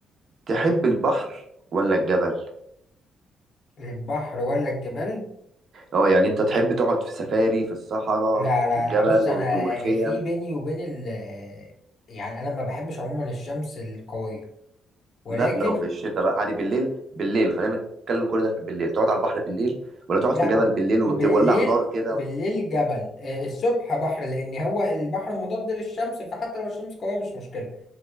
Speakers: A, on the right (about 50°); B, on the left (about 50°).
A: تحب البحر ولا الجبل؟
B: البحر ولا الجبال
A: اه يعني انت تحب تقعد في سفاري في الصحراء
B: لا لا
A: في الجبل
B: بص انا
A: وت- وخيم
B: في بيني وبين ال يعني انا ما بحبش عموما الشمس القوية ولكن
A: لا لو في الشتاء بقى عادي بالليل بالليل خلينا نتكلم كل ده في بالليل تقعد على البحر بالليل ولا تقعد
B: لا
A: في جبل بالليل وتولع
B: بالليل
A: نار كده
B: بالليل جبل آه، الصبح بحر لان هو البحر مضاد للشمس فحتى لو الشمس قوية مش مشكلة